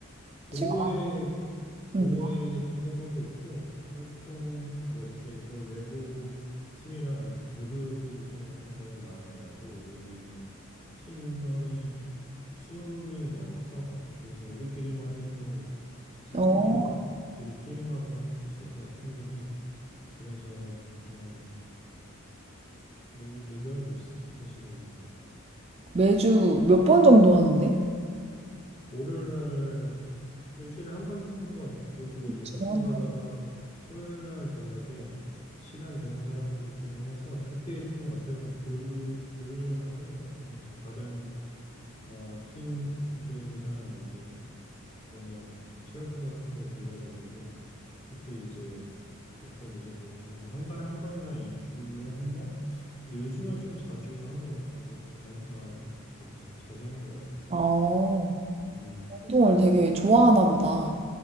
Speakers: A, on the left; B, on the right.
A: 동호회,
B: 친구?
A: 동호회
B: 응.
A: 참석하고 있고, 활동, 뭐 이렇게 그걸 외부 팀이랑 이렇게 교류전 같은 거는 많이 안 하고, 우리는 팀원이 20명이 넘어서 그래서 우리끼리만 해도 세
B: 어,
A: 팀이 나와서 우리끼리 게임하고 할 수 있어서 충분히 그래서 어, 매, 매주 하고 있어. 3시간 정도.
B: 매주 몇 번 정도 하는데?
A: 월요일 날 일주일에 한 번, 한 번에. 그리고 이제
B: 주에
A: 가끔
B: 한
A: 가다가
B: 번.
A: 토요일 날 저녁에 시간 되는 사람들끼리 해서 그때 좀 어떻게 보면 교류, 교류전을 하는 것 같긴 해. 다른, 어, 팀들이랑 이렇게 뭐냐 체육관 같은 거 빌려가지고 그때 이제 가끔 이제 뭐 아마 한 달에 한 번이나 2주에 한 번? 근데 요즘은 좀 자주 하는 것 같기도 간, 아, 같아. 자주 하는 것 같아.
B: 어,
A: 음.
B: 운동을 되게 좋아하나 보다.